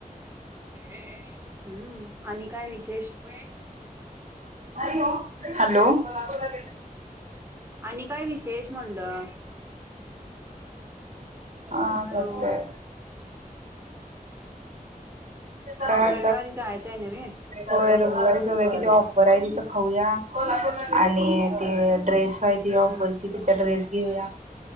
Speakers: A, on the right; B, on the right.
A: <inaudible> हम्म आणि काय विशेष? <inaudible>
B: हॅलो हॅलो हा बोला की.
A: आणि काय विशेष म्हणलं.
B: हा
A: हॅलो
B: बसले. काय
A: मग रविवारी जायचंय नव्हे
B: बरबर सगळ किती ऑफर आहे तिथं. खाऊया आणि ते ड्रेस आहे ती
A: हम्म
B: ऑफरची त्या ड्रेस. घेऊया